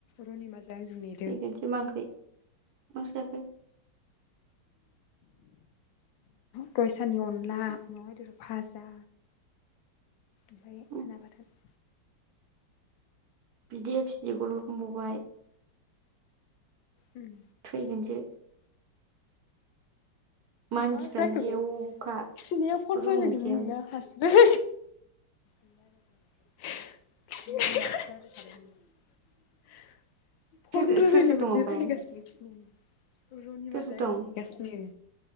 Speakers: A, on the left; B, on the right.
A: र'निमाजों आंजों ने
B: फैगोनसै मा खै मा ओंख्रि जाखो?
A: दहाय सानि अनला अमा बेदर फाजा ओमफ्राय
B: उम
A: नाबाथोन।
B: बिद फिनिखौल' होनबावबाय।
A: उम।
B: थैगोनसो। मानसिफ्रानो
A: मा जाखो
B: जेवखा
A: बिनाया फन
B: रुम
A: रायनायदों
B: मोनसेयावनो
A: नना हारसिबाय गिनाय मानसिया। फन
B: सोर
A: रायलायनोबोदि
B: सोर सोर दं ओमफ्राय
A: रायलायगासिनो गिनाय रनिमाजों
B: सोर सोर
A: आंजों
B: दं
A: नेगासिनो।